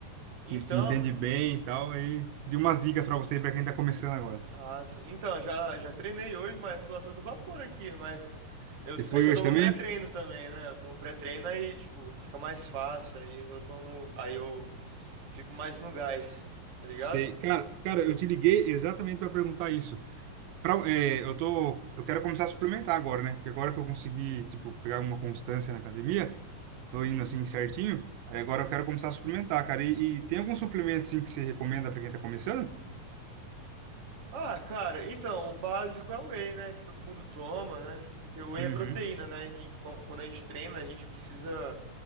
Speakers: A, on the right; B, on the right.
A: Então,
B: que, que entende bem e tal. Aí, de umas dicas pra você, e pra quem tá começando agora.
A: ah, sim. Então, já, já treinei hoje, mas tô a todo vapor aqui, mas eu,
B: Você foi
A: é que eu
B: hoje
A: tomo
B: também?
A: pré-treino também, né? Eu tomo pré-treino aí, tipo, fica mais fácil, aí eu tomo, aí eu fico mais no gás, tá ligado?
B: Sei. Cara, cara, eu te liguei exatamente pra perguntar isso. pra- é, eu tô, eu quero começar a suplementar agora, né? Porque agora que eu consegui, tipo, pegar uma constância na academia, tô indo assim certinho. Aí agora eu quero começar a suplementar, cara. E, e tem algum suplemento assim que você recomenda para quem tá começando?
A: Ah, cara, então, o básico é o whey, né? Que Todo mundo toma, né? Porque o whey
B: Uhum.
A: é proteína, né? E co- quando a gente treina, a gente precisa